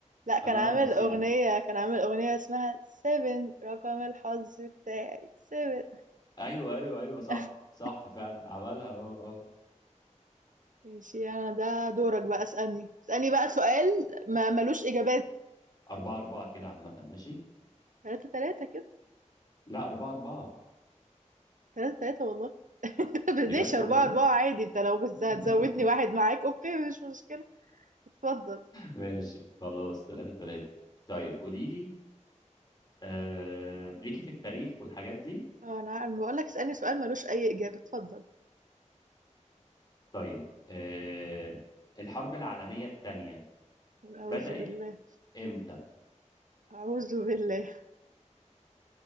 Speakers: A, on the right (about 85°); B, on the left (about 35°).
A: لا كان
B: انا
A: عامل
B: نمبر 7
A: أغنية كان عامل أغنية اسمها سيفن رقم الحظ بتاعي سيفن
B: ايوه ايوه ايوه صح
A: <laughs>
B: صح فعلا عملها اه اه
A: ماشي أنا ده دورك بقى اسألني اسألني بقى سؤال ما ملوش إجابات
B: أربعة أربعة كده عامة ماشي
A: تلاتة تلاتة كده
B: لا أربعة أربعة
A: تلاتة تلاتة والله <laughs>
B: بجد
A: بديش أربعة
B: والله
A: أربعة عادي أنت لو بس
B: <laughs>
A: هتزودني واحد معاك أوكي مش مشكلة اتفضل
B: ماشي خلاص تلاتة تلاتة طيب قولي لي آه... ليكي في التاريخ والحاجات دي
A: أه، أنا عارف بقول لك اسألني سؤال ملوش أي إجابة اتفضل
B: طيب آه... الحرب العالمية التانية
A: أعوذ
B: بدأت
A: بالله
B: امتى؟
A: أعوذ بالله